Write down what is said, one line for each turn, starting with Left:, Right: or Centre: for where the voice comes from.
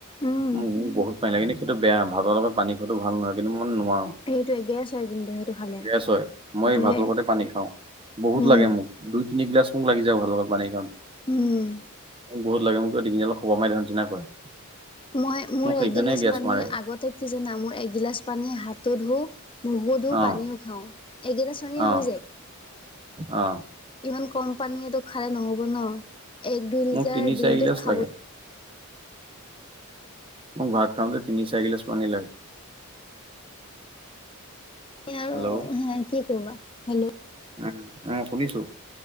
Left: উম
Right: মোক বহুত। <unintelligible> বেয়া ভাতৰ লগত পানী খোৱাটো বেয়া কিন্তু মই।। নোৱাৰো
Left: সেইটোৱে গেছ হয় কিন্তু সেইটো। খালে
Right: গেছ হয়
Left: সেইটোহে
Right: মই ভাতৰ লগতে পানী খাওঁ। বহুত
Left: উম
Right: লাগে মোক দুই তিনিগিলাচ মোক লাগি যায় ভাতৰ লগত পানী খাওঁতে।
Left: উম।
Right: বহুত লাগে মোক ডিঙি অলপ শুব মাৰি ধৰা নিচিনা কৰে।
Left: মই মোৰ
Right: মোক
Left: এগিলাচ
Right: সেইকাৰণে গেছ
Left: পানীয়ে
Right: মাৰে
Left: আগতে কি জানা মোৰ এগিলাচ পানীয়ে হাতো ধো। মুখও
Right: অ
Left: পানীও খাওঁ একগিলাচ পানীয়ে
Right: অ
Left: হৈ যায়।
Right: অ
Left: ইমান কম পানী খালে নহ'ব ন এক দুই লিটাৰ
Right: মোক তিনি
Left: দিনটোত
Right: চাৰি গিলাচ
Left: খাবই।
Right: লাগে মোক ভাত খাওঁতে তিনি চাৰি গিলাচ পানী লাগে।
Left: আৰু
Right: হেল্ল'
Left: হ কি কৰা হেল্ল'
Right: উম উম শুনিছো।